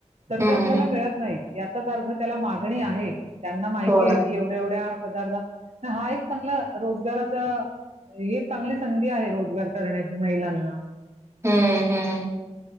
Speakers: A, on the right (about 60°); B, on the right (about 25°).
A: तर
B: हं,
A: ते आपल्याला
B: हं.
A: मिळत नाहीत याचाच अर्थ त्याला मागणी आहे. त्यांना माहिती
B: हो ना.
A: आहे की एवढ्या एवढ्या पदार्थ हा एक चांगला रोजगाराचा एक चांगली संधी आहे रोजगार करण्याची महिलांना
B: हम्मम हम्म